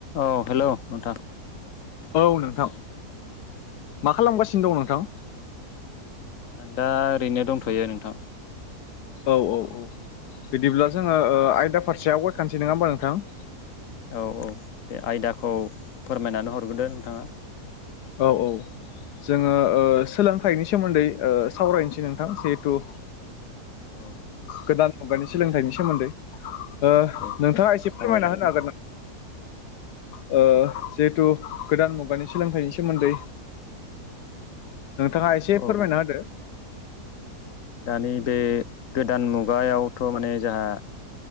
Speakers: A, on the left (about 55°); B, on the left (about 80°).
A: औ हेल' नोंथां।
B: औ नोंथां मा खालामगासिनो दं नोंथां?
A: आं दा ओरैनो दंथ'यो नोंथां।
B: औ औ औ बिदिब्ला जोङो आयदा फारसे आव गायखानोसै नङा होमबा नोंथां।
A: औ औ दे आयदाखौ फोरमायनानै हरग्रोदो नोंथाङा।
B: औ औ। जोङो सोलोंथाइनि सोमोन्दै सावरायनोसै नोंथां जिहेथु
A: औ
B: गोदान मुगानि सोलोंथाइनि सोमोन्दै। नोंथाङा
A: दे
B: एसे
A: सावरायजागोन
B: फोरमायना होनो हागोन नामा? जिहेथु गोदान मुगानि सोलोंथाइनि सोमोन्दै। नोंथाङा एसे
A: औ
B: फोरमायना होदो।
A: दानि बे गोदान मुगायावथ' माने जोंहा